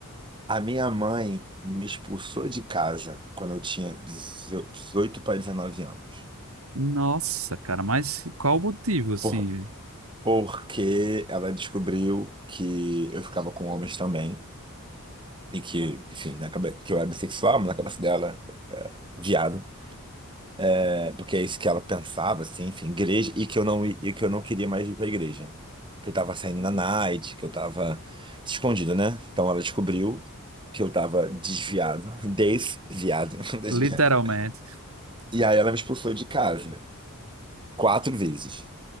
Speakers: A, on the right; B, on the right.
A: A minha mãe me expulsou de casa quando eu tinha 18 para 19 anos.
B: Nossa, cara, mas qual o motivo, assim,
A: Por, porque ela descobriu que eu ficava com homens também. E que, enfim, na cabeça, que eu era bissexual, mas na cabeça dela, viado. É, porque é isso que ela pensava, assim, enfim, igreja, e que eu não, e que eu não queria mais ir pra igreja. Que eu tava saindo na night, que eu tava escondido, né? Então ela descobriu que eu tava desviado, desviado, <laughs> desviado.
B: literalmente?
A: E aí ela me expulsou de casa, quatro vezes.